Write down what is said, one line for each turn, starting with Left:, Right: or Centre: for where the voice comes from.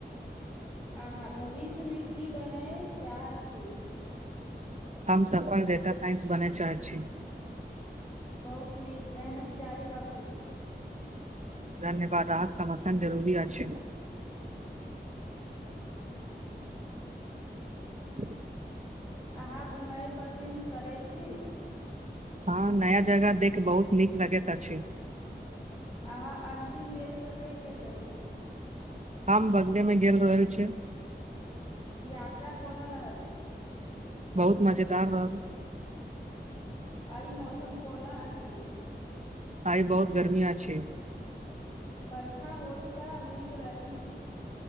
Left: आहा भविष्यमे की बनय चाहैत छी।
Right: हम सफल डेटा साइंस बनय चाहैत छी।
Left: बहुत नीक मेहनत जारी राखू।
Right: धन्यवाद आप समर्थन जरूरी अचछेमे। ह्म।
Left: अहाँ घुमय पसिन्द करैत छी।
Right: हँ नया जगह देख बहुत नीक लगैत अछि।
Left: अहाँ अन्तिम बेर कतय गेल रही।
Right: आाम बंगले मे गेलेल रहल छै।
Left: यात्रा कोना रहल।
Right: बहुत मजेदार रहल।
Left: आइ मौसम कोना अछि।
Right: आइ बहुत गर्मी छै।
Left: बरखा होत तऽ नीक रहत।